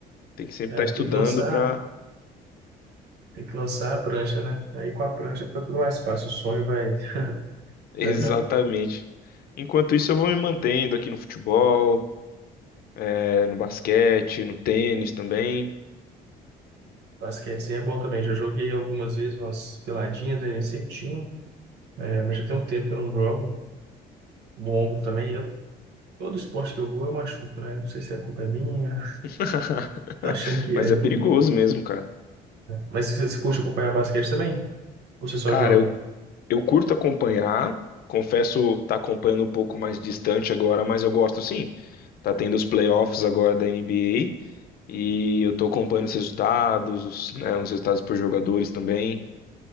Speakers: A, on the left; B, on the right.
A: Tem que sempre
B: É,
A: estar estudando
B: tem que lançar,
A: para.
B: tem que lançar a prancha, né? Aí com a prancha fica tudo mais fácil. O sonho vai,
A: <laughs> Exatamente.
B: vai virar
A: Enquanto isso, eu vou me mantendo aqui no futebol, eh, no basquete, no tênis também.
B: basquetezinho é bom também. Já joguei algumas vezes umas peladinhas, aí sempre tinha, é, mas já tem um tempo que eu não jogo. Bom ombro também. Eu, todo esporte que eu vou, eu machuco, né? Não sei se a culpa é minha,
A: <laughs>
B: tô achando que
A: Mas
B: é.
A: é
B: viu?
A: perigoso mesmo, cara.
B: Mas você, você curte acompanhar basquete também? Ou você só
A: Cara,
B: joga?
A: eu, eu curto acompanhar. Confesso, tá acompanhando um pouco mais distante agora, mas eu gosto sim. Tá tendo os playoffs agora da NBA e eu tô acompanhando os resultados, os, né, os resultados por jogadores também.